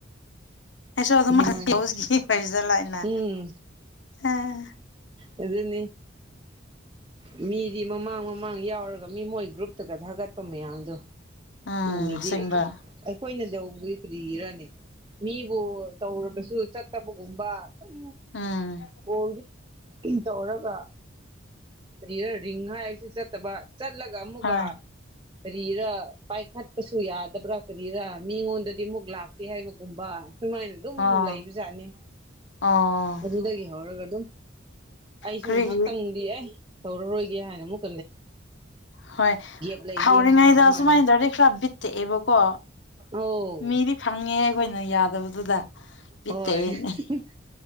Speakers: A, on the left; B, on the right.
A: ꯑꯩꯁꯨ ꯑꯗꯨꯝ
B: ꯑꯗꯨꯃꯥꯏꯅ
A: ꯂꯧꯁꯤꯈꯤ ꯈꯁꯤꯗ ꯂꯥꯛꯑꯏꯅ
B: ꯎꯝ
A: ꯑꯦ
B: ꯑꯗꯨꯅꯤ ꯃꯤꯗꯤ ꯃꯃꯥꯡ ꯃꯃꯥꯡ ꯌꯥꯎꯔꯒ ꯃꯤ ꯃꯣꯏ ꯒ꯭ꯔꯨꯞꯇꯒ ꯊꯥꯒꯠꯄ ꯃꯌꯥꯝꯗꯣ
A: ꯎꯝ
B: ꯎꯔꯗꯤ
A: ꯑꯁꯦꯡꯕ
B: ꯑꯩꯈꯣꯏꯅ ꯌꯧꯕꯗꯨꯒꯤ ꯀꯗꯤꯔꯅꯤ ꯃꯤꯕꯨ ꯇꯧꯔꯕꯁꯨ ꯆꯠꯇꯕꯒꯨꯝꯕ ꯁꯨꯝ
A: ꯎꯝ
B: ꯀꯣꯜꯗꯤ ꯇꯧꯔꯒ ꯀꯔꯤꯔ ꯔꯤꯡ ꯍꯥꯏꯕꯁꯤ ꯆꯠꯇꯕ ꯆꯠꯂꯒ ꯑꯃꯨꯛꯀ
A: ꯍꯣꯏ
B: ꯀꯔꯤꯔ ꯄꯥꯏ ꯈꯠꯄꯁꯨ ꯌꯥꯗꯕ꯭ꯔꯥ ꯀꯔꯤꯔꯥ ꯃꯤꯉꯣꯟꯗꯗꯤ ꯑꯃꯨꯛ ꯂꯥꯛꯇꯦ ꯍꯥꯏꯕꯒꯨꯝꯕ ꯁꯨꯃꯥꯏꯅ ꯑꯗꯨꯝ
A: ꯑꯣ
B: ꯂꯩꯕꯖꯥꯠꯅꯤ
A: ꯑꯣ
B: ꯑꯗꯨꯗꯒꯤ ꯍꯧꯔꯒ ꯑꯗꯨꯝ ꯑꯩꯁꯨ
A: ꯀꯔꯤꯒꯤ
B: ꯉꯥꯏꯍꯥꯛꯇꯪꯗꯤ ꯑꯦ ꯇꯧꯔꯔꯣꯏꯒꯦ ꯍꯥꯏꯅ ꯃꯨꯛ
A: ꯍꯣꯏ
B: ꯂꯩꯒꯦ
A: ꯍꯧꯔꯤꯉꯩꯗ
B: ꯍꯥꯏꯅ ꯑꯗꯨꯃꯥꯏꯅ
A: ꯁꯨꯃꯥꯏꯅ ꯇꯧꯔꯗꯤ ꯈꯔ ꯕꯤꯠ ꯇꯦꯛꯑꯦꯕꯀꯣ
B: ꯑꯧ
A: ꯃꯤꯗꯤ ꯐꯪꯉꯦ ꯑꯩꯈꯣꯏꯅ ꯌꯥꯗꯕꯗꯨꯗ ꯕꯤꯠꯇꯦꯛꯏꯅꯦ
B: ꯍꯣꯏ <unintelligible>